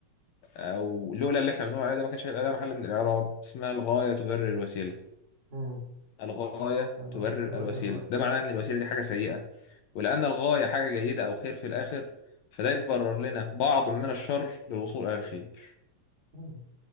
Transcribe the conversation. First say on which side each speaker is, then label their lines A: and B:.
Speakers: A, on the left; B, on the right.
A: او لولا اللي احنا بنقول عليه ده ما كانش هيبقى ده محل من الاعراب اسمها الغاية تبرر الوسيلة
B: مم.
A: الغاية
B: لغاية
A: تبرر
B: تبرر
A: الوسيلة
B: الوسيلة
A: ده معناه ان الوسيلة دي حاجة سيئة ولأن الغاية حاجة جيدة او خير في الاخر فده يبرر لنا بعض من الشر للوصول الى الخير
B: مم.